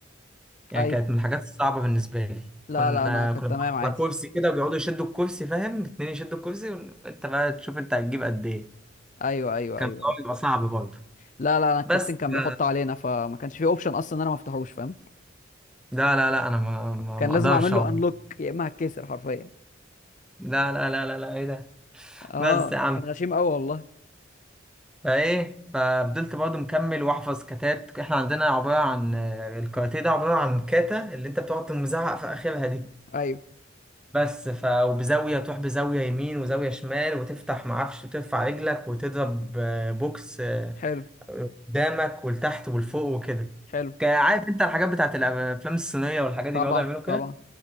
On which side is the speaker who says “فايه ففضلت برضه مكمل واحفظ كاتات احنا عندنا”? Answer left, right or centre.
Centre